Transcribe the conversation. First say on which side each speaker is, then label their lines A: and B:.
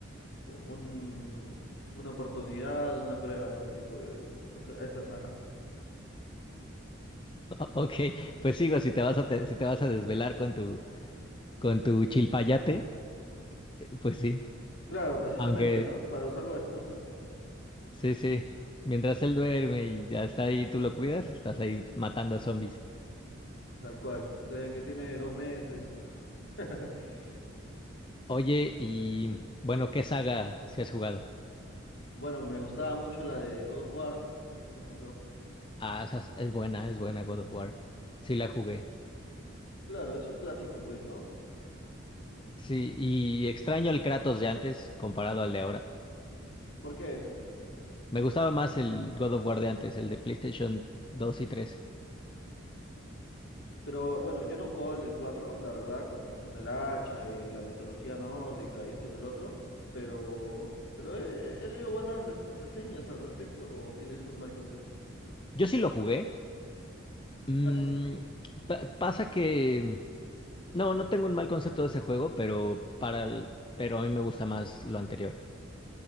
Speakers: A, on the left (about 65°); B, on the left (about 25°).
A: un- una oportunidad, una prueba a ese tipo de, a esa a esa saga.
B: Ok, pues sigo, si te vas a te- si te vas a desvelar con tu con tu chilpayate, eh, pues sí.
A: Claro, precisamente,
B: Aunque
A: ¿no? Para usarlo de excusa,
B: sí, sí. Mientras él duerme y ya está ahí, tú lo cuidas, estás ahí matando a zombies.
A: tal cual, desde que tiene dos meses. <laughs>
B: Oye, y bueno, ¿qué saga si has jugado?
A: Bueno, me gustaba mucho la de God of War, por ejemplo.
B: Ah, esa es, es buena, es buena God of War. Sí la jugué.
A: Claro, es un clásico, pues, ¿no?
B: Sí, y extraño el Kratos de antes comparado al de ahora.
A: ¿Por qué?
B: Me gustaba más el God of War de antes, el de PlayStation dos y tres.
A: Pero bueno, yo no jugaba el del 4 la verdad, con, con el hacha y la mitología nórdica y esto que el otro, pero, pero he, he leído buenas res- reseñas al respecto, o tienes un mal concepto.
B: Yo sí lo jugué. Mm,
A: Ah, sí.
B: pa- pasa que No, no tengo un mal concepto de ese juego, pero para el- pero a mí me gusta más lo anterior.